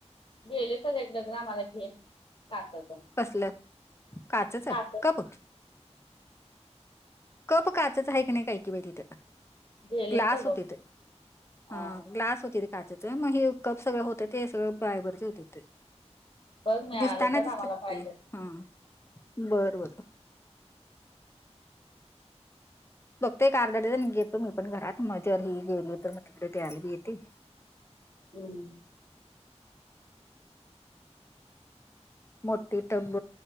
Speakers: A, on the left; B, on the left.
A: गेले का <unintelligible> आम्हाला ते काचेचं.
B: कसलं? काचच
A: काचाचं.
B: कप कप काचाच आहे की नाही पाय की बाय तिथे.
A: गेलेस
B: ग्लास
A: तर बघ
B: हो तिथं,
A: अ
B: हा ग्लास होती काचेचं, मग हे कप सगळं होत ते सगळं फायबरचे होते ते.
A: बघ मिळालं
B: दिसतांना
A: तर
B: दिसतात
A: आम्हाला पाहिजे.
B: ते. हा बर-बर. बघते ऐक-अर्धा डजन घेतो मी पण घरात, मग जर ही घरी येते मग तिकडे द्यायला बी येते.
A: हम्म.
B: मोट्ठी टब्ब